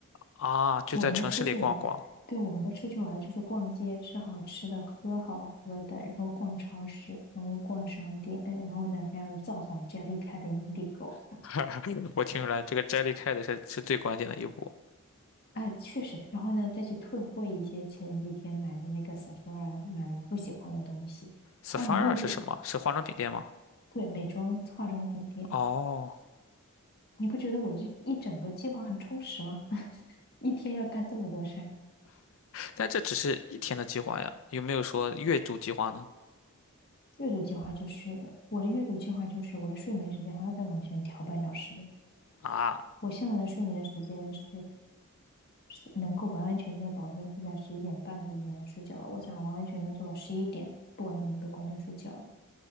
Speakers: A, on the left; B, on the left.
A: 啊，就在城市里逛逛。
B: 我们的出去玩儿，对，我们的出去玩儿就是逛街，吃好吃的，喝好喝的，然后逛超市，然后逛商店，嗯然后呢还有造访 Jellycat 的 Indigo。
A: <laughs> 我听出来，这个 Jellycat 是是最关键的一步。
B: 哎，确实，然后呢，再去退货一些前几天买的那个 Sephora 买来不喜欢的东西。
A: Sephora
B: 哇，你没有觉得
A: 是什么？是化妆品店吗？
B: 对，美妆化妆品店，
A: 哦，
B: 你不觉得我这一整个计划很充实吗？<laughs> 一天要干这么多事儿。
A: 但这只是一天的计划呀，有没有说月度计划呢？
B: 阅读计划就是我的阅读计划就是我的睡眠时间还要再往前调半小时。
A: 啊，
B: 我现在的睡眠时间是是能够完完全全的保证是在十一点半之前睡觉了。我想完完全全做到十一点，不管怎么都关灯睡觉了。